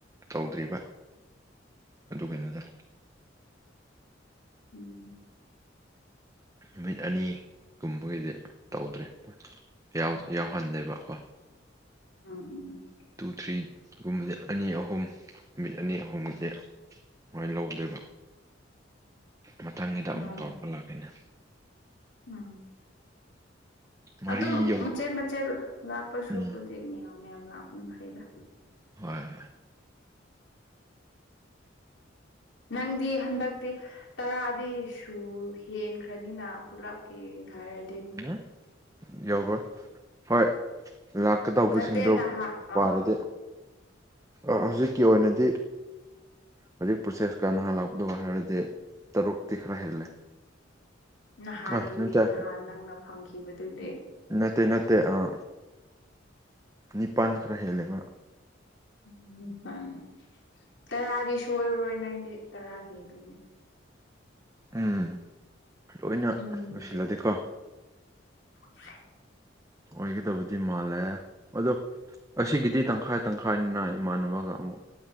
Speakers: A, on the right; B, on the left.
A: ꯇꯧꯗ꯭ꯔꯤꯕ ꯑꯗꯨꯒꯤꯅꯤꯅ
B: ꯎꯝ
A: ꯅꯨꯃꯤꯠ ꯑꯅꯤꯒꯨꯝꯕꯒꯤꯗꯤ ꯇꯧꯗ꯭ꯔꯦ ꯌꯥꯎ ꯌꯥꯎꯍꯟꯗꯦꯕꯀꯣ
B: ꯎꯝ ꯎꯝ
A: ꯇꯨ ꯊ꯭ꯔꯤ ꯒꯨꯝꯕꯁꯦ ꯑꯅꯤ ꯑꯍꯨꯝ ꯅꯨꯃꯤꯠ ꯑꯅꯤ ꯑꯍꯨꯝꯒꯤꯗꯤ ꯃꯣꯏ ꯂꯧꯗꯣꯏꯕ ꯃꯊꯪꯒꯤꯗ ꯑꯃꯨꯛ
B: ꯎꯝ
A: ꯇꯧꯔꯛꯄ ꯂꯥꯛꯀꯅꯦ
B: ꯎꯝ
A: ꯃꯔꯤ
B: ꯑꯗꯨꯝ
A: ꯌꯧ
B: ꯃꯆꯦꯠ ꯃꯆꯦꯠ ꯂꯥꯛꯄ ꯁꯨꯕꯗꯤ
A: ꯎꯝ
B: ꯃꯌꯥꯝ ꯃꯌꯥꯝ ꯂꯥꯛꯄꯅ ꯐꯩꯗ
A: ꯍꯣꯏ ꯍꯣꯏ
B: ꯅꯪꯗꯤ ꯍꯟꯗꯛꯇꯤ ꯇꯔꯥꯗꯤ ꯁꯨ ꯍꯦꯟꯈ꯭ꯔꯅꯤꯅ ꯄꯨꯂꯞꯀꯤ ꯊꯥꯔ
A: ꯎꯝ ꯌꯧꯔꯣꯏ ꯍꯣꯏ ꯂꯥꯛ ꯀꯗꯧꯕꯁꯤꯡꯗꯣ
B: ꯅꯠꯇꯦ ꯅꯍꯥꯟ ꯑꯥ
A: ꯄꯥꯔꯗꯤ ꯍꯧꯖꯤꯛꯀꯤ ꯑꯣꯏꯅꯗꯤ ꯍꯧꯖꯤꯛ ꯄ꯭ꯔꯣꯁꯦꯁꯀ ꯅꯍꯥꯟ ꯂꯥꯛꯄꯗꯨꯒ ꯍꯥꯏꯔꯗꯤ ꯇꯔꯨꯛꯇꯤ ꯈꯔ ꯍꯦꯜꯂꯦ
B: ꯅꯍꯥꯟꯒꯤ
A: ꯑ ꯅꯠꯇꯦ
B: ꯅꯍꯥꯟ ꯅꯪꯅ ꯐꯪꯈꯤꯕꯗꯨꯗꯤ
A: ꯅꯠꯇꯦ ꯅꯠꯇꯦ ꯑꯥ ꯅꯤꯄꯥꯟ ꯈꯔ ꯍꯦꯜꯂꯦꯕ
B: ꯎꯝ ꯅꯤꯄꯥꯟ ꯇꯔꯥꯗꯤ ꯁꯣꯏꯔꯔꯣꯏ ꯅꯪꯗꯤ ꯇꯔꯥ ꯍꯦꯜꯂꯅꯤ
A: ꯎꯝ ꯂꯣꯏꯅ
B: ꯎꯝ
A: ꯂꯣꯏꯁꯤꯜꯂꯗꯤꯀꯣ
B: <unintelligible>
A: ꯑꯣꯏꯒꯗꯕꯗꯤ ꯃꯥꯜꯂꯦ ꯑꯗꯣ ꯑꯁꯤꯒꯤꯗꯤ ꯇꯪꯈꯥꯏ ꯇꯪꯈꯥꯏꯅꯤꯅ ꯏꯃꯥꯟꯅꯕꯒ ꯑꯃꯨꯛ